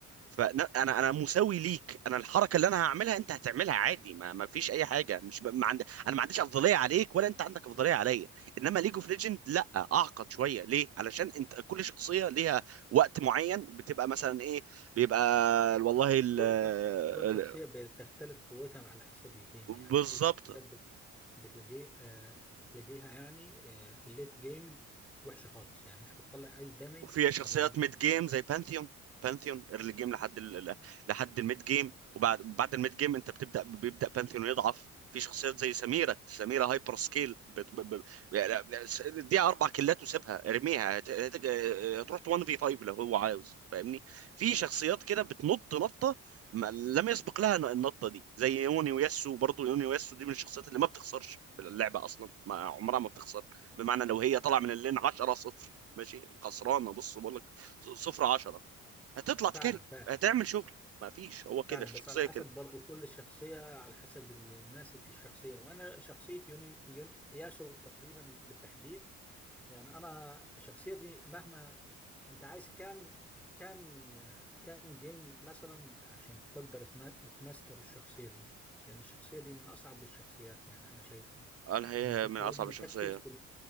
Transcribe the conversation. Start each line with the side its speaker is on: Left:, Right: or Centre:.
Right: فانا انا أنا مساوي ليك انا الحركه اللي انا هعملها انت هتعملها عادي ما, ما فيش اي حاجه مش ب... ما عند... انا ما عنديش افضليه عليك ولا انت عندك افضليه عليا انما ليج اوف ليجند لا اعقد شويه ليه علشان انت كل شخصيه ليها وقت معين بتبقى مثلا ايه بيبقى والله ال
Centre: كل
Right: ال-
Centre: شخص كل شخصية بتختلف قوتها على حسب الجيم يعني
Right: بالظبط
Centre: في شخصيات بت- بتلاقيه آه بتلاقيها يعني آه في الليت جيم وحشة خالص يعني مش بتطلع أي دمج
Right: وفي
Centre: وفعلا
Right: شخصيات ميد جيم زي بانثيون بانثيون ايرلي جيم لحد ال... ال- لحد الميد جيم وبعد بعد الميد جيم انت بتبدا بيبدا بانثيون يضعف في شخصيات زي سميره سميره هايبر سكيل بت... ب... ب... يعني دي اربع كيلات وسيبها ارميها هت... هت... آه، هتروح 1 في 5 لو هو عاوز فاهمني في شخصيات كده بتنط نطه ما... لم يسبق لها النطه دي زي يوني وياسو برضه يوني وياسو دي من الشخصيات اللي ما بتخسرش في اللعبه اصلا ما عمرها ما بتخسر بمعنى لو هي طالعه من اللين 10 0 ماشي خسرانه بص بقول لك صفر عشرة هتطلع تكل
Centre: فعلا
Right: هتعمل شغل ما فيش هو كده
Centre: فعلا
Right: الشخصيه
Centre: بس على حسب
Right: كده
Centre: برضو كل الشخصية على حسب اللي ماسك الشخصية وأنا شخصية يون, يون ياسو تقريبا بالتحديد يعني انا الشخصيه دي مهما انت عايز كام كام كام جيم مثلا عشان تقدر تما- تماستر الشخصيه دي لان الشخصيه دي من اصعب الشخصيات يعني انا شايفها
Right: انا هي
Centre: لانك انت
Right: من
Centre: لازم
Right: اصعب الشخصيه
Centre: تركز في ال...